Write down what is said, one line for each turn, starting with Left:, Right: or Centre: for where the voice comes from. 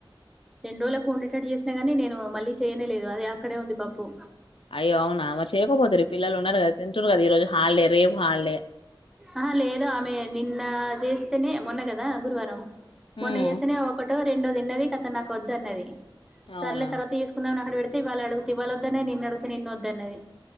Centre: రెండురోజులకి ఉండేటట్టు చేసినా గానీ నేను మళ్ళీ చేయనేలేదు అదే అక్కడే ఉంది పప్పు
Left: అయ్యో అవునా మరి చేయకపోతిరి పిల్లలు ఉన్నారు కదా తింటురు కదా ఈ రోజు హాలిడే రేపు హాలిడే
Centre: ఆ హా లేదు ఆమె నిన్న చేసి తేనే మొన్న కదా గురువారం మొన్న
Left: ఉమ్
Centre: చేస్తేనే ఒకటో రెండో తిన్నది కత నాకు వద్దు అన్నది సర్లే
Left: అవునా
Centre: తర్వాత చేసుకుందాం అని అక్కడ పెడితే ఇవాళ అడిగితే ఇవాళ వద్దన్నది నిన్న అడుగుతే నిన్న వద్దన్నది